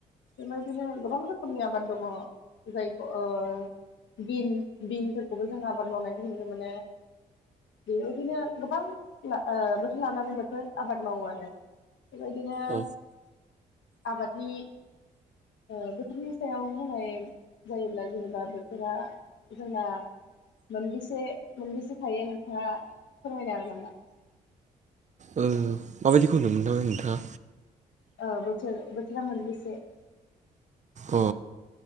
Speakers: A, on the left (about 65°); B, on the right (about 35°).
A: बेबायदिनो गोबां रोखोमनि आबाद दंङ जायखौ ओ बिन बिनफोरखौबो जों आबाद मावनायखौ नुनो मोनो। बेबायदिनो गोबां ओ बोथोर लानानै बोथोर आबाद मावो आरो। बेबायदिनो
B: औ
A: आबादनि ओ बोथोरनि सायाव बुंनाय जायोब्ला जेनेबा बोथोरा जोंना मोनबेसे मोनबेसे थायो नोंथाङा फोरमायनो हागोन नामा
B: ओ माबायदिखौ होनदोंमोनथाय नोंथाङा
A: ओ बोथोर बोथोरा मोनबेसे
B: अ